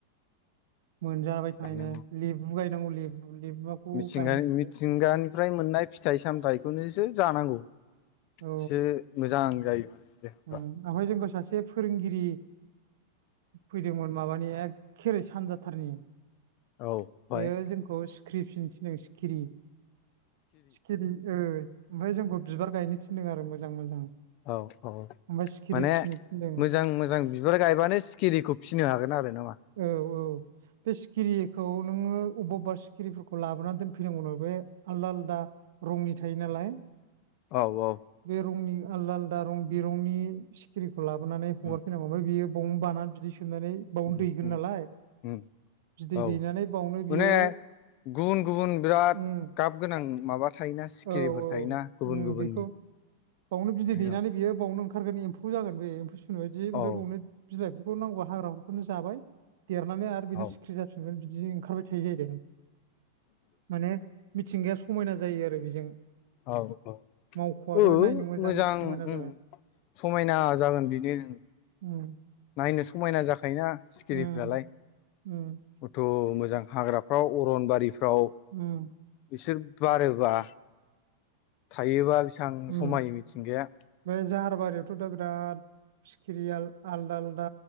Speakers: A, on the right; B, on the left.
A: मोनजाबाय थानायनो
B: गायनांगौ
A: लेबु गायनांगौ लेबु लेबुआखौ
B: मिथिंगा
A: गायहैथ'आखै
B: मिथिंगानिफ्राय मोननाय फिथाइ सामथाइखौनोसो जानांगौ एसे
A: औ
B: मोजां जायो देहाफ्रा
A: उम ओमफाय जोंखौ सासे फोरोंगिरि फैदोंमोन माबानि एके ओरै सानजा थारनि
B: औ ओमफ्राय
A: बेयो जोंखौ सिख्रि फिनो थिनदों सिखिरि। सिखिरि ओ ओमफाय जोंखौ बिबार गायनो थिनदों आरो मोजां मोजां।
B: औ औ।
A: ओमफ्राय सिखिरि
B: माने
A: फिसिनो थिनदों
B: मोजां मोजां बिबार गायबानो सिखिरिखौ फिनो हागोन आरो ना मा?
A: औ औ। बे सिखिरिखौ नोङो अबबा अबबा सिखिरिफोरखौ लाबोनानै दोनफैनांगौनो बे आलदा आलदा रंनि थायो नालाय
B: औ औ
A: बे रंनि आलदा आलदा रं बिरंनि सि खिरिखौ लाबोनानै हगारफैनांगौ
B: उम
A: आमफाय बियो बावनो बाना बिदै सोबनानै बावनो
B: उम
A: दैगोन नालाय
B: उम
A: बिदै
B: औ
A: दैनानै बावनो बियो
B: माने गुबुन गुबुन बिराद
A: उम
B: गाब गोनां माबा थायोना सिखिरिफोर
A: औ औ
B: थायोना गुबुन
A: उम
B: गुबुननि
A: बेखौ बावनो बिदै
B: औ
A: दैनानै बेयो बावनो ओं ओंखारगोन एम्फौ जागोन बे एम्फौ सुमु बायदि आमफाय
B: औ
A: बावनो बिलाइफोरखौ नांगौबा हाग्राफोरखौनो जाबाय देरनानै आरो बेनो
B: औ
A: सिख्रि जाफिनगोन बिदि ओं खारबाय थायो जाहैदों माने मिथिंगाया समायना जायो आरो बेजों।
B: औ औ।
A: मावख'आबो
B: ओ
A: नायनो
B: मोजां
A: समायना
B: उम
A: जाबाय
B: समायना जागोन बिनो ओं
A: उम
B: नायनो समायना जाखायोना सिखिरिफ्रालाय
A: उम उम
B: खथ' मोजां हाग्राफ्राव अरनबारिफ्राव
A: उम
B: बिसोर बारोबा थायोबा बिसां
A: उम
B: समायो मिथिंगाया
A: बे जाहारबारियावथ' दा बिराद सिखिरिया आल आलदा आलदा